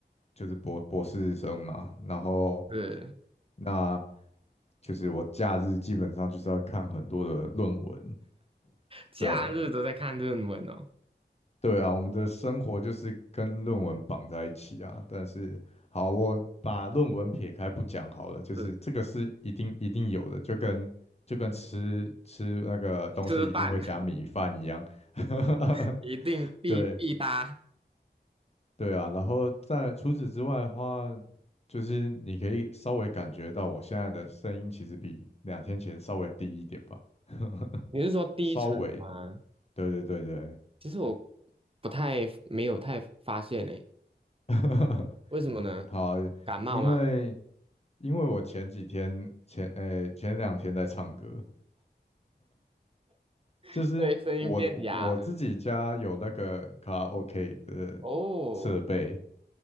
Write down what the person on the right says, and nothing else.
是
假日都在看论文哦，
是
吃饭
<laughs> 一定必必搭。
你是说低沉吗？
其实我不太没有太发现诶，
为什么呢？
感冒吗？
<laughs>
对，声音变哑了。
哦